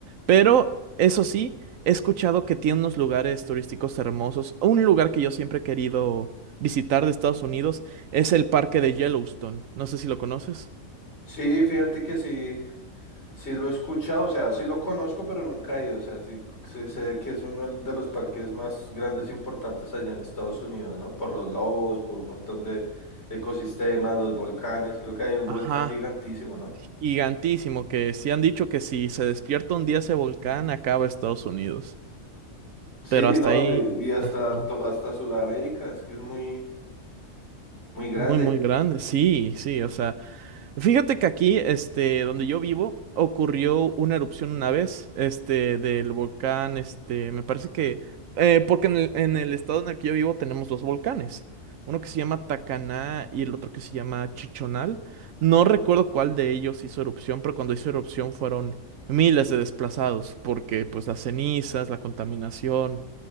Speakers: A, on the right; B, on the left.
A: Pero eso sí, he escuchado que tiene unos lugares turísticos hermosos. Un lugar que yo siempre he querido visitar de Estados Unidos es el parque de Yellowstone. No sé si lo conoces.
B: Sí, fíjate que sí, sí lo he escuchado, o sea, sí lo conozco, pero nunca he ido, o sea, sí, sí sé que es uno de los parques más grandes e importantes allá en Estados Unidos, ¿no? Por los lobos, por un montón de ecosistemas, los volcanes, creo que hay un
A: Ajá,
B: volcán gigantísimo, ¿no?
A: gigantísimo, que sí han dicho que si se despierta un día ese volcán, acaba Estados Unidos.
B: Sí,
A: Pero hasta
B: no,
A: ahí,
B: y, y hasta,
A: ajá,
B: to- hasta Sudamérica, es que es muy, muy grande.
A: muy, muy grande, sí, sí, o sea, Fíjate que aquí, este, donde yo vivo, ocurrió una erupción una vez, este, del volcán, este, me parece que, eh, porque en el, en el estado en el que yo vivo tenemos dos volcanes, uno que se llama Tacaná y el otro que se llama Chichonal. No recuerdo cuál de ellos hizo erupción, pero cuando hizo erupción fueron miles de desplazados, porque pues las cenizas, la contaminación,